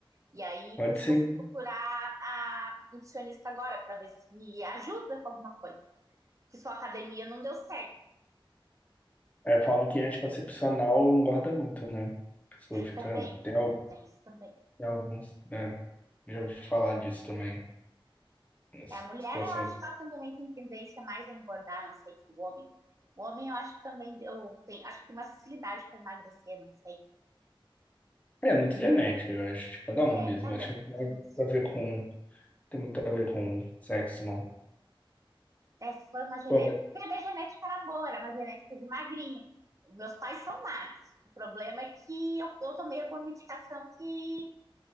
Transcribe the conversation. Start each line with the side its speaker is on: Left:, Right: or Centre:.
Right: E aí,
Left: Pode
Right: por isso
Left: ser.
Right: que eu fui
Left: né?
Right: procurar a nutricionista agora, para ver se ajuda com alguma coisa. Porque sua academia não deu certo
Left: É, falam que é anticoncepcional engorda muito, né? A pessoa fica.
Right: também.
Left: Tem, al-
Right: Tem isso também.
Left: tem alguns. É, já ouvi falar disso também. Nessa
Right: É. é a mulher,
Left: situação.
Right: eu acho
Left: É,
Right: que ela também tem tendência mais a engordar, não sei, que o homem. O homem, eu acho que também eu tenho, acho que tem mais facilidade para emagrecer, não sei.
Left: é muito genética, eu acho, de cada
Right: É,
Left: um mesmo.
Right: também,
Left: Eu Acho que não
Right: tem
Left: tem muito
Right: isso.
Left: a ver com. Tem muito a ver com sexo, não.
Right: É, se foi uma genética.
Left: Pô, mas...
Right: Porque a minha genética era boa, era uma genética de magrinha. Meus pais são magros. O problema é que eu, eu tomei alguma medicação que